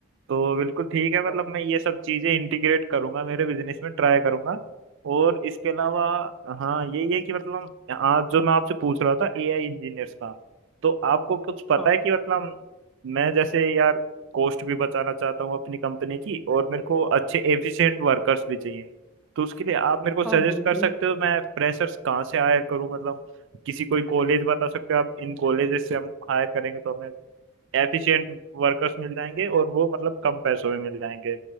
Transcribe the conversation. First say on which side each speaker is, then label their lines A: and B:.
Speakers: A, on the right; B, in the centre.
A: तो बिल्कुल ठीक है
B: और
A: मतलब मैं ये सब चीजें इंटीग्रेट करूंगा मेरे बिजनेस में ट्राई करूंगा और इसके अलावा हाँ यही है कि मतलब आज जो मैं आपसे पूछ रहा था एआई इंजीनियर्स का तो आपको कुछ पता
B: हाँ
A: है कि मतलब मैं जैसे यार कॉस्ट भी बचाना चाहता हूँ अपनी कंपनी की और मेरे को अच्छे एफिशिएंट वर्कर्स भी चाहिए तो उसके लिए आप मेरे को सजेस्ट
B: हाँ बिल्कुल
A: कर सकते हो मैं फ्रेशर्स कहाँ से हायर करूँ मतलब किसी कोई कॉलेज बता सकते हो आप इन कॉलेजेस से हम हायर करेंगे तो हमें एफिशिएंट वर्कर्स मिल जाएंगे और वो मतलब कम पैसों में मिल जाएंगे